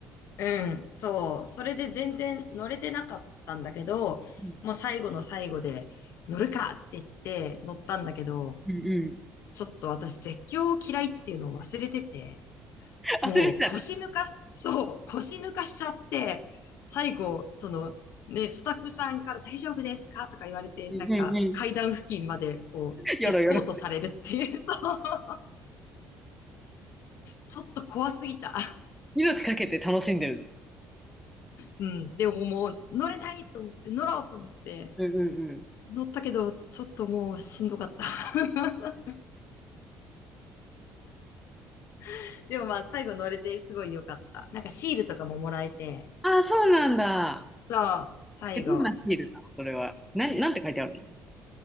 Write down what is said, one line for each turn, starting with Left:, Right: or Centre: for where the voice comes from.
Left: うん、そう。それで全然乗れてなかったんだけど、
Centre: うん
Left: もう最後の最後で乗るかって言って乗ったんだけど、
Centre: うんうん。
Left: ちょっと私絶叫嫌いっていうのを忘れてて、もう腰抜か、
Centre: 忘れてたね。
Left: そう、腰抜かしちゃって、最後、その、ね、スタッフさんから大丈夫ですかとか言われて、
Centre: うんうんうん。
Left: なんか階段付近までこう、
Centre: よろよろ。
Left: エスコートされるっていう、<laughs> そう、ちょっと怖すぎた。
Centre: <laughs> 命かけて楽しんでる
Left: うん。でももう乗れないと思って、乗ろうと思って、
Centre: の。うんうんうん。
Left: 乗ったけど、ちょっともうしんどかった。<laughs> でもまあ最後乗れてすごい良かった。なんかシールとかももらえて、
Centre: あ、そうなんだ。
Left: そう、最後、
Centre: え、どんなシールなのそれは。なん、なんて書いてあるの